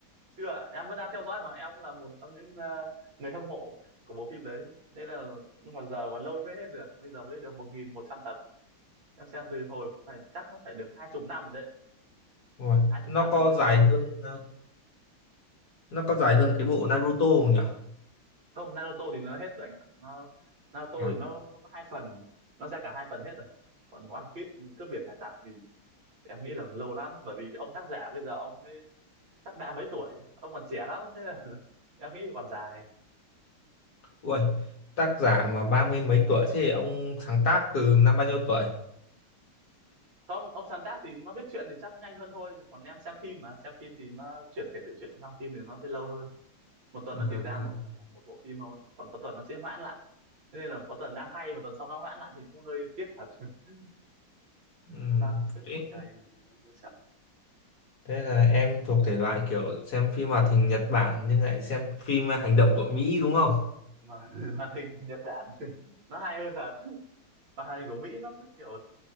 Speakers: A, on the right; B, on the left.
A: chưa em vẫn đang theo dõi mà em cũng là một trong những ờ, người hâm mộ của bộ phim đấy nên là nhưng mà giờ còn lâu mới hết được bây giờ mới được một nghìn một trăm tập em xem từ hồi phải chắc nó phải được hai chục năm rồi đấy
B: Ui,
A: hai chục
B: nó
A: năm
B: có
A: mà chưa
B: dài
A: phim
B: hơn
A: chứ
B: ờ, nó có dài hơn cái bộ Naruto không nhở?
A: không Naruto thì nó hết rồi anh ạ nó Naruto
B: À,
A: thì nó nó có hai phần nó ra cả hai phần hết rồi còn One Piece cướp biển hải tặc thì em nghĩ là lâu lắm bởi vì ông tác giả bây giờ ông ấy sắp ba mấy tuổi ông còn trẻ lắm thế là <laughs> em nghĩ còn dài
B: ui, tác giả mà ba mươi mấy tuổi thế ông sáng tác từ năm bao nhiêu tuổi?
A: không ông sáng tác thì nó viết truyện thì chắc cũng nhanh hơn thôi còn em xem phim mà xem phim thì nó chuyển thể từ truyện sang phim thì nó sẽ lâu hơn một tuần
B: À,
A: nó chỉ ra một à, một bộ phim thôi còn có tuần nó sẽ hoãn lại thế nên là có tuần đang hay mà tuần sau nó hoãn lại thì cũng hơi tiếc thật <laughs>
B: ừm.
A: ba công sức
B: Thế
A: ngồi cày mà rồi nó sẽ
B: thế là em thuộc thể loại kiểu xem phim hoạt hình Nhật Bản nhưng lại xem phim ờ, hành động của Mỹ đúng không?
A: mà <laughs> hoạt hình Nhật Bản nó hay hơn thật hoạt hình của Mỹ nó cứ kiểu